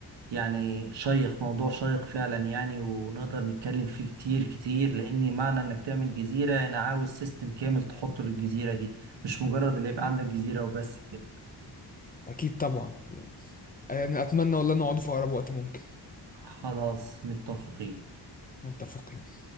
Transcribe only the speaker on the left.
اكيد طبعا يعني انا اتمنى والله نقعد في اقرب وقت ممكن
متفقين